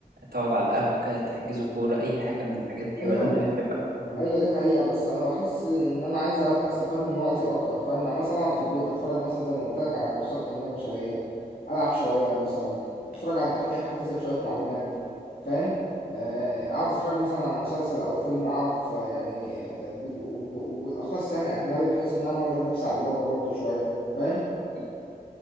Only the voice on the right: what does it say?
تقعد على القهوة كده تحجزوا كورة اي حاجة من الحاجات دي
ولا انت
بتحب قعدة البيت؟
أيوة.